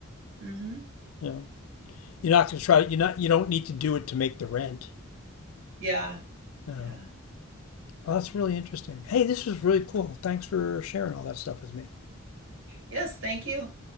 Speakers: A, on the right (about 65°); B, on the left (about 80°).
A: hmm
B: you know you're not going to try it. you're not you don't need to do it to make the rent
A: Yeah.
B: no
A: Yeah.
B: well, that's really interesting hey this was really cool thanks for sharing all that stuff with me
A: Yes. Thank you.